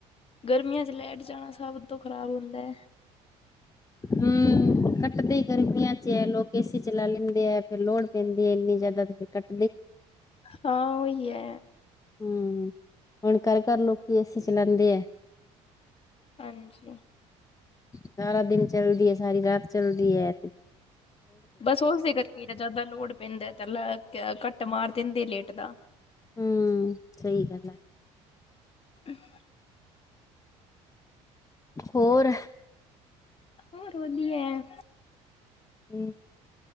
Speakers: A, on the left; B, on the left.
A: ਗਰਮੀਆਂ ਚ ਲੈਟ ਜਾਣਾ ਸਭ ਤੋਂ ਖ਼ਰਾਬ ਹੁੰਦਾ।
B: ਹੂ। ਕੱਟਦੇ ਗਰਮੀਆਂ ਚ ਲੋਕ ਏਸੀ ਚਲਾ ਲੈਂਦੇ ਐ। ਫੇਰ ਲੋੜ ਪੈਂਦੀ ਹੈ ਇੰਨੀ ਜ਼ਿਆਦਾ ਤੇ ਫਿਰ ਕੱਟ
A: ਹਾਂ। ਉਹੀਆ
B: ਹੂ। ਹੁਣ ਘਰ -ਘਰ ਲੋਕੀ ਏਸੀ ਚਲਾਉਦੇ ਏ।
A: ਹਾਂਜੀ।
B: ਸਾਰਾ ਦਿਨ ਚੱਲਦੀ ਏ। ਸਾਰੀ ਰਾਤ ਚੱਲਦੀ ਏ।
A: ਬਸ ਉਸਦੇ ਕਰਕੇ ਜ਼ਿਆਦਾ ਲੋੜ ਪੈਂਦਾ ਤਾਂ ਲਾ ਕਾ ਕੱਟ ਮਾਰ ਦਿੰਦੇ ਲੇਟ ਦਾ।
B: ਹੂ। ਸਹੀ ਗੱਲ ਏ।
A: <inaudible>
B: ਹੋਰ
A: ਹੋਰ ਵਧੀਆ।
B: ਹੂ।